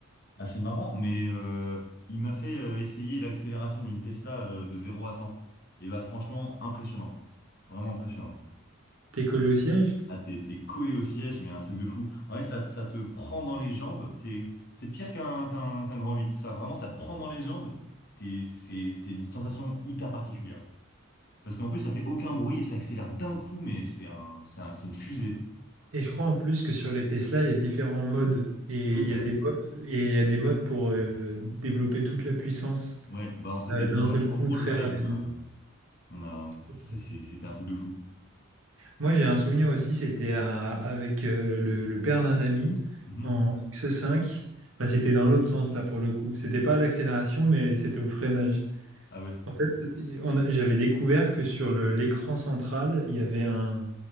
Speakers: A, on the left (about 50°); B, on the right (about 70°).
A: assez marrant. Mais euh, il m'a fait euh, essayer l'accélération d'une Tesla euh, de zéro à 100. Et bah franchement, impressionnant. Vraiment impressionnant.
B: T'es collé au siège?
A: Ah, t'es, t'es collé au siège, mais un truc de fou. Ouais, ça, te- ça te prend dans les jambes. C'est, c'est pire qu'un, qu'un, qu'un grand huit Ça, vraiment, ça te prend dans les jambes. T'es, c'est, c'est une sensation hyper particulière. Parce qu'en plus, ça fait aucun bruit et ça accélère d'un coup, mais c'est un, c'est un- c'est une fusée.
B: Et je crois en plus que sur les Tesla, il y a différents modes. Et
A: Oui, bah
B: il y a
A: là.
B: des modes, et il y a des modes pour euh, développer toute la puissance
A: Ouais, bah on s'était
B: euh,
A: mis
B: d'un
A: en launch
B: seul
A: control,
B: coup très
A: là,
B: rapidement.
A: et on a, on a, on- c'est-
B: Ok.
A: c'est- c'était un truc de fou.
B: Moi, j'ai un souvenir aussi, c'était à- avec euh, le, le père d'un ami
A: Mhm.
B: en X5. Enfin, c'était dans l'autre sens, là, pour le coup. C'était pas à l'accélération, mais c'était au freinage.
A: Ah ouais,
B: En fait, on a- j'avais découvert que sur le- l'écran central, il y avait un,